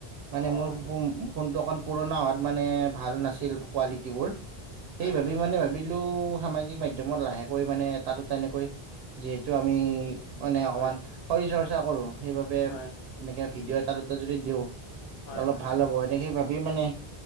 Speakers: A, on the right (about 75°); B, on the left (about 75°).
A: মানে
B: অ',
A: মোৰ
B: হয় হয়
A: ফোন
B: হয়।
A: ফোনটো অকণ পুৰণা হোৱাত মানে ভাল নাছিল
B: হয়
A: কোৱালিটিবোৰ, সেই
B: হয়
A: ভাবি
B: হয়
A: মানে
B: হয়
A: ভাবিত লোঁ, সামাজিক মাধ্যমত লাহেকৈ মানে এটা দুটা এনেকৈ, যিহেতু আমি মানে অকমান
B: হয়
A: শৰীৰ চৰ্চা কৰোঁ, সেইবাবে
B: হয়
A: এনেকে ভিডিঅ' এটা দুটা যদি দিওঁ
B: হয়
A: অলপ
B: হয়
A: ভাল হ'ব, সেনেকে সেই ভাবি মানে